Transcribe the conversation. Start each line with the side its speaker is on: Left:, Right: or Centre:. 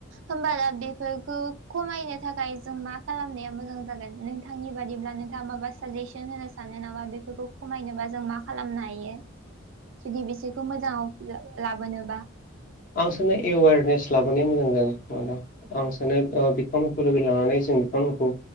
Right: होमबा दा बेफोरखौ खमायनो थाखाय जों मा खालामनाया मोजां जागोन नोंथां नोंथांनि बादिब्ला नोंथाङा माबा साजेसन होनो सानो नामा बेफोरखौ खमायनोबा जों मा खालामनो हायो। जुदि बिसोरखौ मोजाङाव लाबोनोबा
Left: आं सानो एवेरनेस लाबोनाया मोजां जागोन खोमादां आं सानो ओ बिथांमोनखौ लोगो लानानै जों बिथांमोनखौ